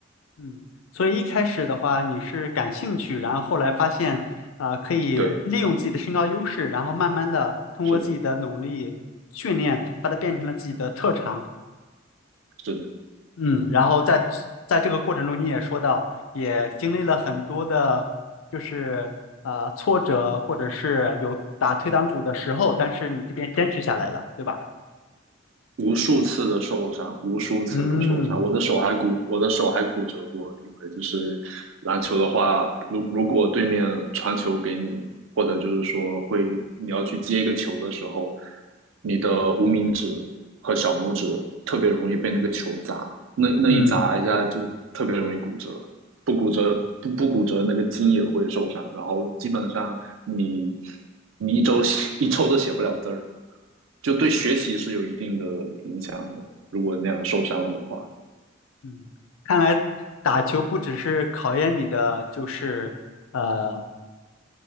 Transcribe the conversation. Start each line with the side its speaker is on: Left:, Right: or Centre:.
Left: 嗯，所以一开始的话你是感兴趣，然后后来发现啊、呃可以利用自己的身高优势，
Right: 对，
Left: 然后慢慢的通过自己的努力训练，
Right: 是的，
Left: 把它变成了自己的特长。
Right: 是的。
Left: 嗯，然后在在这个过程中，你也说到，也经历了很多的，就是呃挫折，或者是有打退堂鼓的时候，但是你这边坚持下来了，对吧？
Right: 无数次的受伤，无数次的受伤，
Left: 嗯
Right: 我的手还骨，我的手还骨折过。因为就是篮球的话，如如果对面传球给你，或者就是说会你要去接一个球的时候，你的无名指和小拇指特别容易被那个球砸，那那一砸一下就特别容易骨折，
Left: 嗯
Right: 不骨折不不骨折，那个筋也会受伤，然后基本上你你一周一周都写不了字儿。就对学习是有一定的影响的。如果那样受伤了的话，
Left: 嗯，看来打球不只是考验你的，就是呃